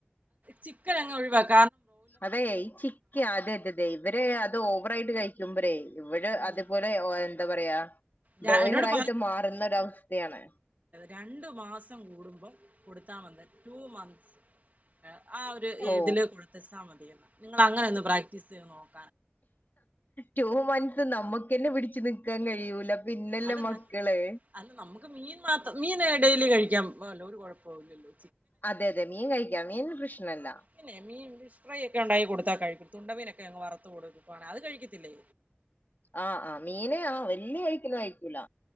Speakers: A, on the right; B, on the left.
A: ചിക്കൻ അങ്ങ് ഒഴിവാക്ക
B: അതെ ഈ ചിക്ക അതെ അതേതെ ഇവരെ അത് ഓ ഓവർ ആയിട്ട് കഴിക്കുമ്പഴെ ഇവിടെ
A: ഉം
B: അതുപോലെ ഓ എന്താ പറയാ
A: ഞാ
B: ബ്രോയിലർ
A: എന്നോട്
B: ആയിട്ട് മാറുന്നൊരവസ്ഥയാണ്
A: രണ്ടും മാസം കൂടുമ്പം കൊടുക്കാമെന്ന് ടൂ മന്ത്സ് ആ ഒരു
B: ഓ
A: ഇതില് കൊടുത്തേച്ചാൽ മതിയെന്ന് നിങ്ങള് അങ്ങനൊന്ന് പ്രാക്ടീസ് ചയ്തു നോക്ക്
B: ടു മന്ത്സ് മ്മക്ക് ന്നെ പിടിച്ചു നിക്കാൻ കഴിയൂല പിന്നല്ലേ
A: അല്ലന്ന്
B: മക്കള്
A: അല്ല നമുക്ക് മീൻ മാത്രം മീന് ഡെയ് ലി കഴിക്കാം ഒരു കൊഴപ്പോമില്ലല്ലോ
B: അതെ അതെ മീൻ കഴിക്കാം മീൻ പ്രശ്നല്ല
A: പിന്നെ മീൻ ഫിഷ് ഫ്രൈ ഒക്കെ ഉണ്ടാക്കി കൊടുത്താ കഴിക്കും തുണ്ടമീനൊക്കെങ്ങ് വറുത്ത് കൊടുക്കവാണെ അത് കഴിക്കത്തില്ലേ
B: ആഹ് ആ മീന് ആ വല്ല്യ <unintelligible> <unintelligible> കഴിക്കൂല